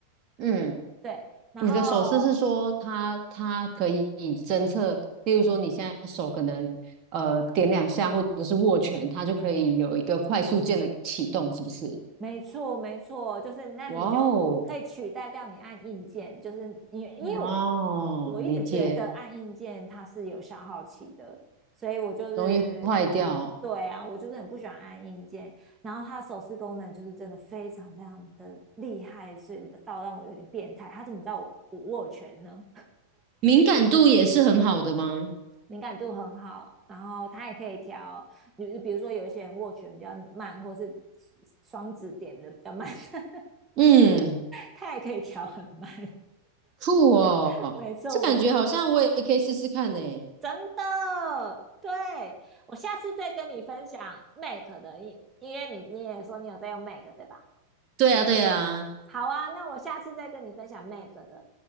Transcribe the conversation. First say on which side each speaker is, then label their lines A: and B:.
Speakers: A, on the right; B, on the right.
A: 嗯。
B: 对，然后
A: 你的手势是说它它可以侦测，例如说你现在手可能呃点两下或者是握拳，它就可以有一个快速键的启动，是不是？
B: 没错，没错，就是那你就可以取代掉你按硬件，
A: 哇哦，
B: 就是你，因为我
A: 哦，
B: 我一直觉得按硬件它是有消耗期的，
A: 理解，
B: 所以我就是
A: 容易坏掉，
B: 对啊，我就是很不喜欢按硬件。然后它的手势功能就是真的非常非常的厉害，是到让我有点变态。它怎么知道我我握拳呢？
A: 敏感度也是很好的吗？
B: 敏感度很好，然后它也可以调，比比如说有一些人握拳比较慢，或是双指点的比较慢。<laughs>
A: 嗯，
B: 它也可以调很慢。
A: 酷哦，
B: <laughs> 没错，
A: 这感觉好像我也可以试试看呢。
B: 没错，真的。对，我下次再跟你分享 m a k 的，因因为你你也说你有在用 m a k 对吧？
A: 对啊，对啊，
B: 好啊，那我下次再跟你分享 m a k 的。